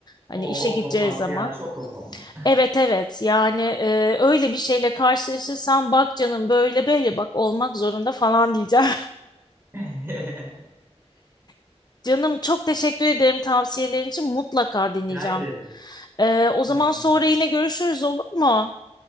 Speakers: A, on the left (about 40°); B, on the right (about 20°).
A: Hani
B: Oo
A: işe gideceği
B: potansiyel
A: zaman.
B: çok o zaman.
A: Evet evet yani e, öyle bir şeyle karşılaşırsan bak canım böyle böyle bak olmak zorunda falan diyeceğim.
B: <laughs>
A: <laughs> Canım çok teşekkür ederim tavsiyelerin için mutlaka dinleyeceğim.
B: Rica ederim.
A: E, o zaman
B: Tamamdır.
A: sonra yine görüşürüz olur mu?